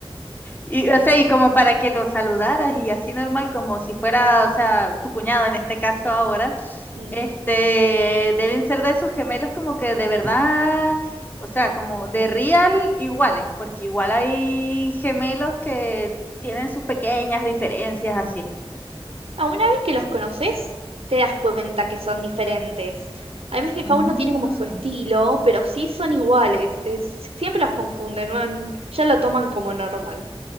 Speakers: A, on the left; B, on the right.
A: Y, o sea, y como para que lo saludaras y así normal, como si fuera, o sea, tu cuñado en este caso ahora.
B: Mm.
A: Este, deben ser de esos gemelos como que de verdad, o sea, como de real iguales, porque igual hay gemelos que tienen sus pequeñas diferencias así.
B: Ah, una vez que los conoces, te das cuenta que son diferentes. Además que cada
A: Ah,
B: uno tiene como su estilo, pero sí son iguales. es- siempre los confunden, ¿no? Ya lo toman como normal.